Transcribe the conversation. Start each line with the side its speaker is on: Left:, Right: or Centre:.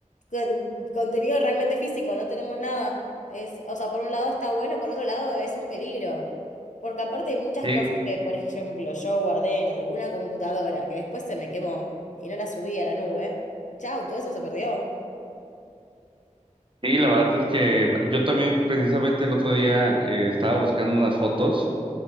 Left: con- contenido realmente físico, no tenemos nada. Es, o sea, por un lado está bueno, por otro lado es un peligro. Porque aparte hay muchas
Right: Sí,
Left: cosas que, por ejemplo, yo guardé en alguna computadora que después se me quemó y no la subí a la nube. Chau, todo eso se perdió.
Right: sí, la verdad es que yo también precisamente el otro día eh, estaba buscando unas fotos.